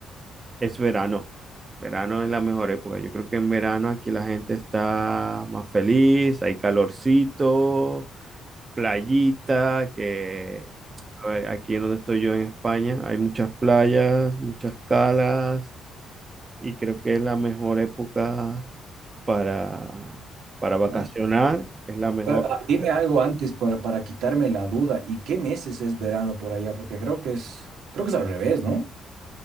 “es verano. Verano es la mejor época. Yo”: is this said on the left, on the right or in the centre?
Right